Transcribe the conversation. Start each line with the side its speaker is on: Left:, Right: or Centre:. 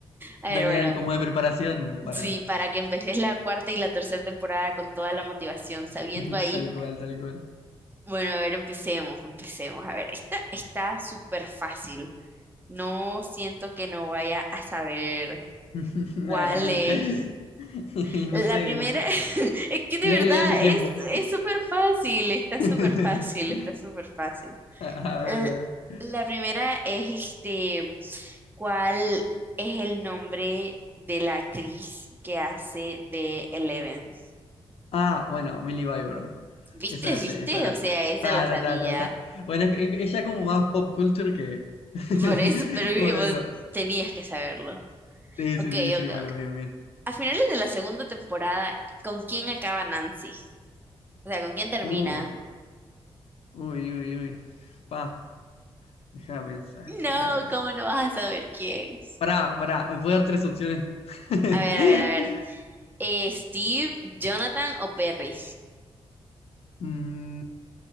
Right: A
Left: Dale,
Right: ver, bueno,
Left: dale, como de preparación para...
Right: Sí, para que empeces la cuarta y la tercera temporada con toda la motivación, sabiendo
Left: <laughs>
Right: ahí.
Left: Tal cual, tal cual.
Right: Bueno, a ver, empecemos, empecemos. A ver, esta está súper fácil. No siento que no vaya a saber
Left: <laughs>
Right: cuál
Left: Ay, no.
Right: es.
Left: <laughs>
Right: La
Left: No sé,
Right: primera,
Left: no sé.
Right: <laughs> es que de
Left: Mirá
Right: verdad
Left: que la vi hace tiempo.
Right: es, es súper fácil, está
Left: <laughs>
Right: súper fácil, está súper fácil.
Left: A ver,
Right: Eh,
Left: a ver.
Right: La primera es este, ¿cuál es el nombre de la actriz que hace de Eleven?
Left: Ah, bueno, Millie Byron.
Right: ¿Viste?
Left: Esa la
Right: ¿Viste?
Left: sé, esa la
Right: O
Left: sé.
Right: sea, esa
Left: Ta,
Right: la sabía.
Left: ta, ta, ta, ta. Bueno, es, es- es ya como más pop culture que. <laughs>
Right: Por eso, pero eh,
Left: como de
Right: vos
Left: esto.
Right: tenías que saberlo.
Left: Sí,
Right: Ok,
Left: sí, sí, sí,
Right: ok,
Left: bueno,
Right: ok.
Left: bien, bien.
Right: A finales de la segunda temporada, ¿con quién acaba Nancy? O sea, ¿con quién termina?
Left: Uy, uy, uy, uy. Pa, deja de pensar,
Right: No,
Left: deja de pensar.
Right: ¿cómo no vas a saber quién?
Left: Pará, pará, me puedo dar tres opciones. <laughs>
Right: A ver, a ver, a ver. Eh, ¿Steve, Jonathan o Perry?
Left: Mm,